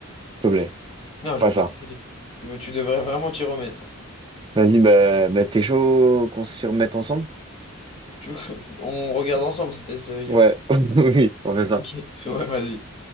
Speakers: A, on the right; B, on the left.
A: S'il te plaît.
B: Non, je
A: Pas
B: vais pas
A: ça.
B: te spoiler. Tu, veux- tu devrais vraiment t'y remettre. hein.
A: Vas-y, bah, bah t'es chaud qu'on se remette ensemble?
B: Tu... <laughs> On regarde ensemble, c'est- ça veut dire.
A: Ouais. <laughs> Oui, on fait ça.
B: Ok. <laughs> Ouais, vas-y.